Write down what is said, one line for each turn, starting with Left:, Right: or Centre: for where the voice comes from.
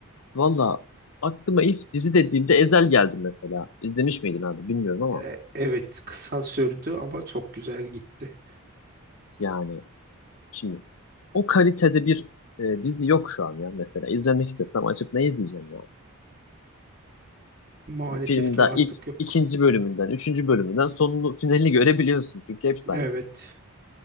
Left: valla aklıma ilk dizi dediğimde Ezel geldi mesela. İzlemiş miydin abi bilmiyorum ama
Right: E, evet kısa sürdü ama çok güzel gitti.
Left: yani Şimdi o kalitede bir e, dizi yok şu an ya mesela. izlemek istesem açıp ne izleyeceğim ya?
Right: Maalesef
Left: Hani filmin
Right: ki
Left: daha
Right: artık
Left: ilk
Right: yok.
Left: ikinci bölümünden, üçüncü bölümünden sonunu, finalini görebiliyorsun. Çünkü hepsi
Right: Evet
Left: aynı.